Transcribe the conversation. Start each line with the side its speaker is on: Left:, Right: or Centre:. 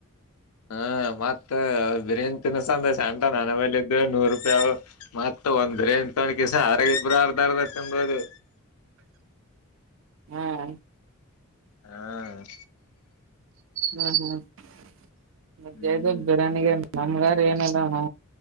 Left: ಹ್ಮ ಮತ್ತ ಬಿರಿನ್ ತಿನ್ನ ಸಂದೋಷ ಅಟ ನನ ಇ ನೂರು ರೂಪಾಯಿ ಮತ್ತ ಒಂದ್ರೆ ಎಂ ತಕಸಾರ ಇಬ್ಬರು ಅರ್ಧರ್ದ ತಿಂದದು
Right: ಹ್ಮ್
Left: ಹ್ಮ
Right: ಹ್ಮ್ ಹ್ಮ್ ಮದದು
Left: ಹ್ಮ್
Right: ಬಿಡಾನಿಗೆ ನಮ್ಗಾರ ಏನಲ್ಲ ನಾ